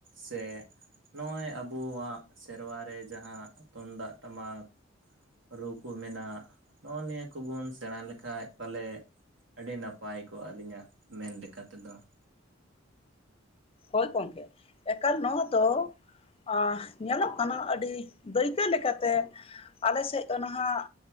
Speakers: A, on the right; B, on the left.
A: ᱥᱮ ᱱᱚᱜᱼᱚᱭ ᱟᱵᱚᱣᱟᱜ ᱥᱮᱨᱣᱟ ᱨᱮ ᱡᱟᱦᱟᱸ ᱛᱩᱢᱫᱟᱜ ᱴᱟᱢᱟᱠ ᱨᱩ ᱠᱚ ᱢᱮᱱᱟᱜ ᱱᱚᱜᱼᱚᱭ ᱱᱤᱭᱟᱹ ᱠᱚᱵᱚᱱ ᱥᱮᱸᱲᱟ ᱞᱮᱠᱷᱟᱡ ᱯᱟᱞᱮᱫ ᱟᱹᱰᱤ ᱱᱟᱯᱟᱭ ᱠᱚᱜᱼᱟ ᱟᱹᱞᱤᱧᱟᱜ ᱢᱮᱱ ᱞᱮᱠᱟ ᱛᱮᱫᱚ ᱾
B: ᱦᱳᱭ ᱜᱚᱝᱠᱮ, ᱮᱠᱟᱞ ᱱᱚᱣᱟ ᱫᱚ ᱟ ᱧᱮᱞᱚᱜ ᱠᱟᱱᱟ ᱟᱹᱰᱤᱼᱼ ᱫᱟᱹᱭᱠᱟᱹ ᱞᱮᱠᱟᱛᱮ, ᱟᱞᱮ ᱥᱮᱫ ᱫᱚ ᱱᱟᱦᱟᱸᱜᱼᱼ